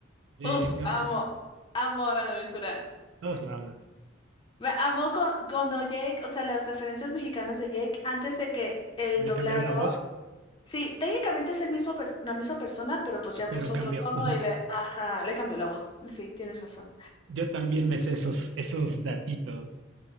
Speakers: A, on the right (about 65°); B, on the left (about 25°).
A: de,
B: uf,
A: ¿qué
B: amo.
A: otra?
B: Amo Hora de Aventura.
A: Todos la hablan.
B: Me amo con, cuando Jake, o sea, las referencias mexicanas de Jake, antes de que el
A: Le
B: doblador.
A: cambiaron la voz,
B: Sí, técnicamente es el mismo pers- la misma persona, pero pues ya
A: pero
B: puso
A: cambió.
B: otro tono
A: Ujú.
B: y le, ajá, le cambió la voz. Sí, tienes razón.
A: Yo también me sé esos, esos datitos.